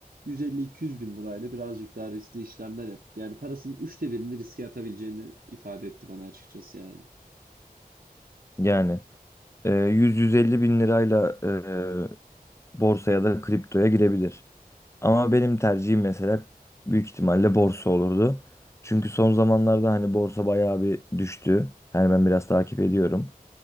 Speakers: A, on the right; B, on the left.
A: 150-200 bin lirayla birazcık daha riskli işlemler yapıp yani parasının üçte birini riske atabileceğini ifade etti bana açıkçası yani.
B: Yani e, 100-150 bin lirayla e, borsaya da kriptoya girebilir. Ama benim tercihim mesela büyük ihtimalle borsa olurdu. Çünkü son zamanlarda hani borsa bayağı bir düştü. Yani ben biraz takip ediyorum.